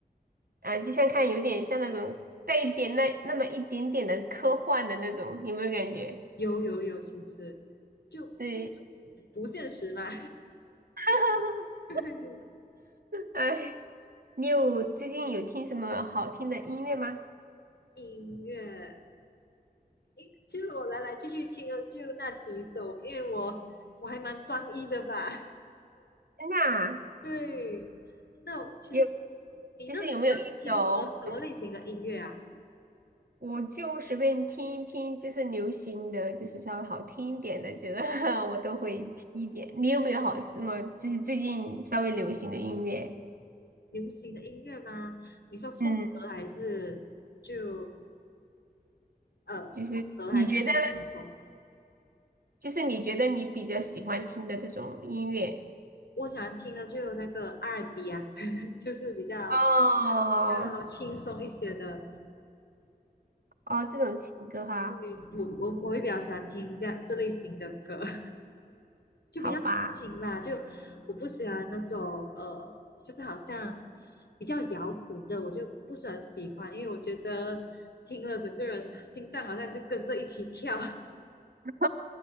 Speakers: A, on the right; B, on the left.
A: 啊，就像看有点像那种带一点那那么一点点的科幻的那种，有没有感觉？
B: 有有有，其实就不是
A: 对，
B: 不现实嘛。
A: <laughs>
B: <laughs>
A: 哎，你有最近有听什么好听的音乐吗？
B: 音乐，诶其实我来来去去听的就那几首，因为我我还蛮专一的吧。
A: 真的啊，
B: 对，那我其实
A: 有，
B: 你那你喜欢听什么什么类型的音乐啊？
A: 其实有没有一首，我就随便听一听，就是流行的，就是稍微好听一点的，觉得 <laughs> 我都会听一点。你有没有好什么，就是最近稍微流行的音乐？
B: 流行的音乐吗？你说风格还是就
A: 嗯，
B: 呃，
A: 就是你觉得，
B: 风格还是那种
A: 就是你觉得你比较喜欢听的这种音乐？
B: 我喜欢听的就有那个 R&B 啊，<laughs> 就是比较
A: 哦
B: 比较轻松一些的。
A: 哦，这种情歌哈，
B: 对，我我我会比较喜欢听这样这类型的歌，<laughs> 就比较抒情吧。
A: 好吧。
B: 就我不喜欢那种呃，就是好像比较摇滚的，我就不是很喜欢，因为我觉得听了整个人心脏好像就跟着一起跳。<laughs>
A: <laughs>